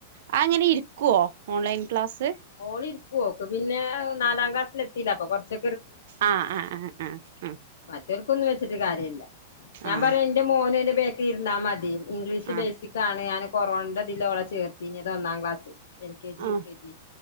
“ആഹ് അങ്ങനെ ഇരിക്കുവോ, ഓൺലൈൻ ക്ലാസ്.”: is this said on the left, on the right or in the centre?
Right